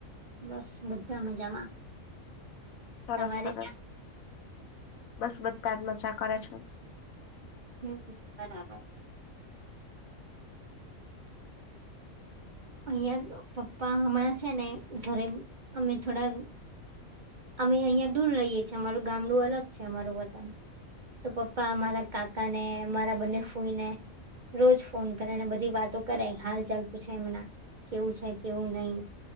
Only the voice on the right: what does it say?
બસ બધા મજામાં
તમારે
ત્યાં
હમ બરાબર. અહિયાં પપ્પા હમણાં છે ને ઘરે અમે થોડા અમે અહિયાં દૂર રહીએ છીએમારું ગામડું અલગ છે અમારું વતન તો પપ્પા મારા કાકા ને મારા બંને ફૂઈ ને રોજ ફોન કરેને બધી વાતો કરે હાલ ચાલ પૂછે એમના. કેવું છે કેવું નહી.